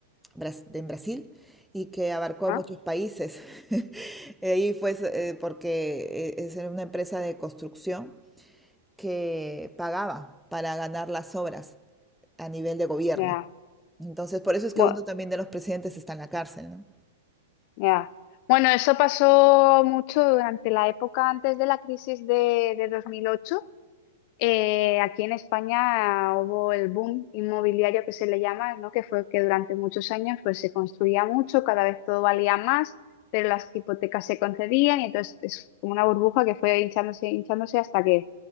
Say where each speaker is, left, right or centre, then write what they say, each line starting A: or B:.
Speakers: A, in the centre; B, on the left.
A: bras- de- en Brasil y que abarcó a
B: ¿no?
A: muchos países. <laughs> Ahí fue eh, porque eh, es una empresa de construcción que pagaba para ganar las obras a nivel de gobierno.
B: Ya,
A: Entonces, por eso es
B: bueno,
A: que uno también de los presidentes está en la cárcel, ¿no?
B: ya. Bueno, eso pasó mucho durante la época antes de la crisis de, de dos mil ocho Eh, aquí en España hubo el boom inmobiliario que se le llama, ¿no? Que fue que durante muchos años pues, se construía mucho, cada vez todo valía más, pero las hipotecas se concedían y entonces es como una burbuja que fue hinchándose, hinchándose hasta que